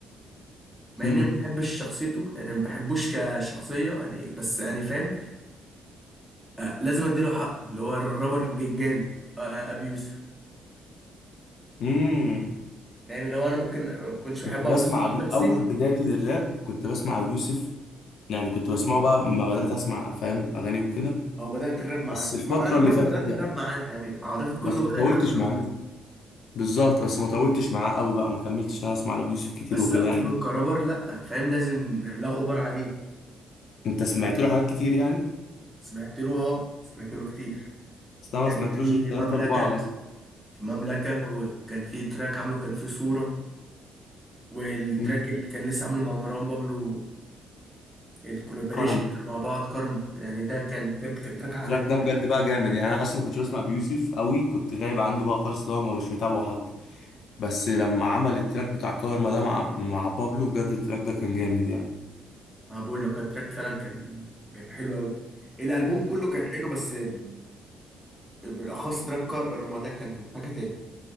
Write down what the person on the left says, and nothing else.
امم
امم
كنت
بسمع
أبي...
أول بدايتي للراب كنت بسمع أبي يوسف يعني كنت بسمعه بقى لما بدأت أسمع فاهم أغاني وكده
بس الفترة
اللي
فاتت
يعني
بس
ما طولتش
معاه
بالظبط بس ما طولتش معاه قوي بقى ما كملتش أنا أسمع لأبي يوسف كتير
وكده
يعني
أنت سمعت له حاجات كتير يعني
بس أنا
ما سمعتلوش
غير تلاتة
أربعة مثلا
مم.
كارما
التراك ده بجد بقى جامد يعني انا اصلا ما كنتش بسمع بيوسف قوي كنت غايب عنه بقى خالص ده ما مش متابعه حتى بس لما عمل التراك بتاع كارما ده مع مع بابلو بجد التراك ده كان جامد يعني